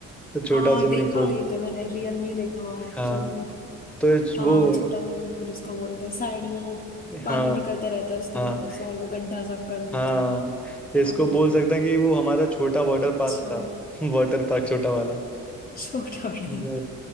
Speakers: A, in the centre; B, on the left (about 30°).
A: तो छोटा
B: हाँ
A: स्विमिंग
B: देखा
A: पूल
B: हुआ ये तो मैंने रियल में ही देखा हुआ है एक्चुअल
A: हाँ
B: में
A: तो इस-
B: हाँ
A: वो
B: छोटा स्विमिंग पूल उसको बोलते हैं साइड में वो पानी
A: हाँ
B: निकलता रहता है उसके
A: हाँ
B: अंदर से और वो गड्ढा सब कर
A: हाँ
B: देते हैं
A: इसको
B: हाँ हाँ,
A: बोल सकते हैं कि वो हमारा छोटा वाटर
B: अच्छा
A: पार्क था <laughs> वाटर पार्क छोटा वाला
B: छोटा <laughs>
A: बट
B: बड़ा